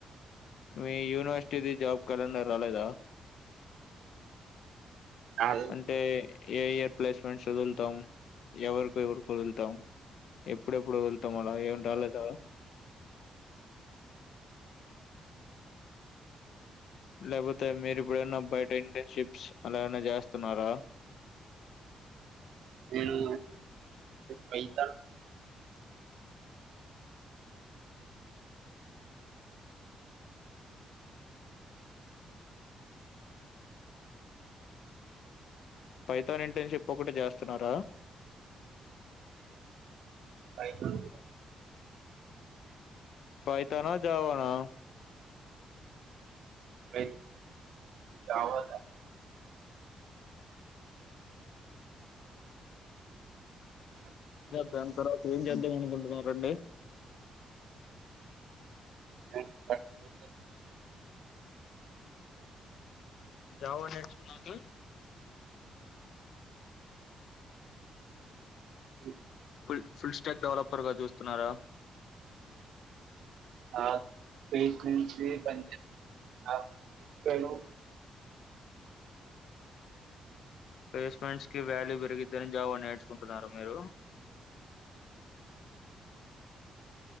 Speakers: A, on the left; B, on the right.
A: మీ యూనివర్సిటీది జాబ్ క్యాలెండర్ రాలేదా
B: కాదు
A: అంటే ఏ ఇయర్ ప్లేస్మెంట్స్ వదులుతాం ఎవరికి ఎవరి కు వదులుతాం ఎప్పుడెప్పుడు వదుల్ తమల ఏంటి రాలేదా లేపోతే మీరుప్పుడైనా బయట ఇంటర్న్షిప్స్ అలా ఎవ్వన్నా చేస్తున్నారా
B: నేను పైథోన్
A: పైథోన్ ఇంటర్న్షిప్ ఒకటి చేస్తున్నారా
B: పైథోన్
A: పైథోన్ నా జావా నా
B: పైథోన్, జావా
A: దాన్ని తర్వాత ఏం చేద్దాం అనుకుంటున్నారండి
B: <unintelligible>
A: జావా నేర్చుకున్నాక
B: కట్టి
A: ఫుల్ ఫుల్ స్టాక్ డెవలపర్గా చూస్తున్నారా
B: <inaudible>
A: ప్లేస్మెంట్స్ కి వాల్యూ పెరిగిద్దని జావా నేర్చుకుంటున్నార మీరు